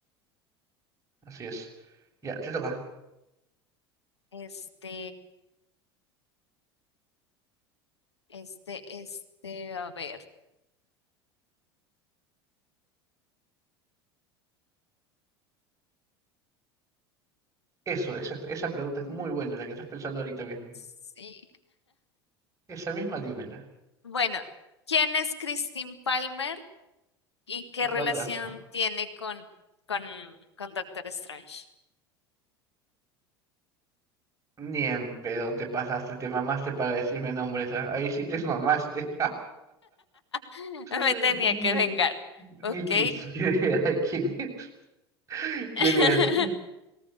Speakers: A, on the right; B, on the left.
A: Así es. Ya, te toca.
B: Este, este, este, a ver.
A: Eso, exacto. Esa pregunta es
B: Mm,
A: muy buena, la que estás pensando ahorita mismo.
B: Sí.
A: Esa misma, dímela.
B: Bueno, ¿quién es Christine Palmer? ¿Y qué
A: What
B: relación
A: the fuck.
B: tiene con, con, con Doctor Strange?
A: Ni en pedo te pasaste, te mamaste para decirme nombres, ¿ah? Ahí sí te mamaste.
B: <laughs> Me
A: <laughs>
B: tenía
A: Ni,
B: que vengar. Ok.
A: ni pinche idea de quién, <laughs> quién
B: <laughs>
A: es.